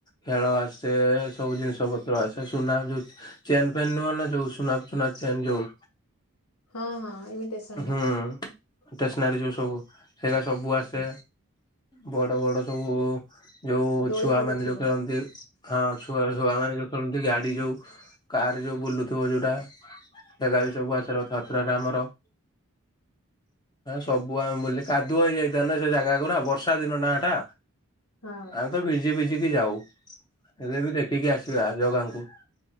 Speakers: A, on the left; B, on the left.
A: ଖେଳ ଆସେ ସବୁ ଜିନିଷ ପତ୍ର ଆସେ ସୁନା ଯୋଉ ଚେନ୍ ପେନ୍ ନୁହଁନା ଯୋଉ ସୁୁନା ସୁନା ଚେନ୍ ଯୋଉ
B: ହଁ ହଁ। ଇମିଟେସନ
A: ହୁଁ,
B: ନା
A: ଷ୍ଟେସନାରୀ ଯୋଉ ସବୁ ସେଇଗୁରା ସବୁ ଆସେ ବଡ଼ ବଡ଼ ସବୁ ଯୋଉ
B: ଦୋଳି
A: ଛୁଆମାନେ
B: ପଡୁଥିବ
A: ଯୋଉ ଖେଳନ୍ତି। ହଁ ଛୁଆ ଛୁଆ ମାନେ ଯୋଉ ସେମତି ଗାଡ଼ି ଯୋଉ କାର୍ ଯୋଉ ବୁଲୁଥିବ ଯୋଉଁଟା ସେଟା ବି ସବୁ ଆସେ ରଥଯାତ୍ରାରେ ଆମର। ସବୁ ଆମେ ବୁଲି କାଦୁଅ ହେଇଯାଇଥା ନା ସେ ଜାଗା ଗୁରା ବର୍ଷା ଦିନ ନା ଏଟା।
B: ହଁ।
A: ଆଉ ତ ଭିଜି ଭିଜିିକି ଯାଉ ହେଲେ ବି ଦେଖ ଖିକି ଆସିବା ଜଗାଙ୍କୁ